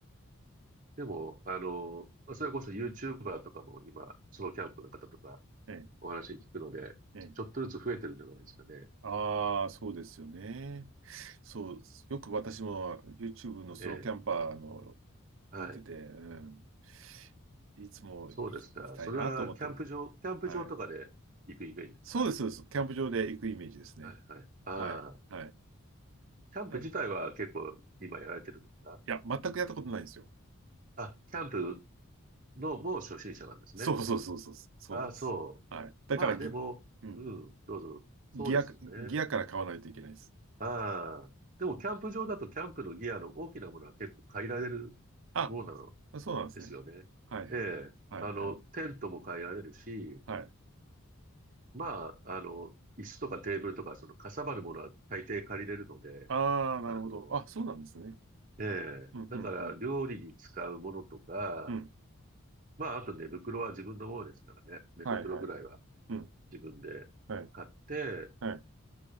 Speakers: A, on the right; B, on the right.
A: でも、あの、まあそれこそ YouTuber とかも今、ソロキャンプの方とか
B: ええ、
A: お話聞くので、
B: ええ
A: ちょっとずつ増えてるんじゃないですかね。
B: ああ、そうですよね。そう、よく私も YouTube のソロキャンパーの
A: ええ、はい。
B: 見てて、うん、いつも行き行きたいなと思って、
A: そうですか。それはキャンプ場、キャンプ場とかで行くイメージですか
B: はい。そうです、そうです。キャンプ場で行くイメージですね。
A: はいはい。ああ、
B: はい、はい。
A: キャンプ自体は結構今やられてるんですか
B: あ、いや、全くやったことないんですよ。
A: あ、キャンプのもう初心者なんですね。
B: そうそうそうそう、そうなんです。
A: ああ、そう。
B: はい。だからギ、
A: まあでも、
B: うん、
A: うん、どうぞ。そうですよね。
B: ギア、ギアから買わないといけないです。
A: ああ。でも、キャンプ場だと、キャンプのギアの大きなものは結構変えられる
B: あ、
A: そうなの
B: そうなんですね。
A: ですよね。
B: はい、
A: ええ。
B: はい。はい、
A: あの、
B: はい。
A: テントも変えられるし、
B: はい。
A: まあ、あの、椅子とかテーブルとか、その、かさばるものは大抵借りれるので、
B: ああ、なるほど。
A: あの、
B: あ、そうなんですね。
A: ええ。
B: うん、
A: だから、
B: うん、うん。
A: 料理に使うものとか、
B: うん
A: まあ、あと寝袋は自分のものですからね。寝袋ぐらいは
B: はいはい。うん。
A: 自分で買って、
B: はい。はい。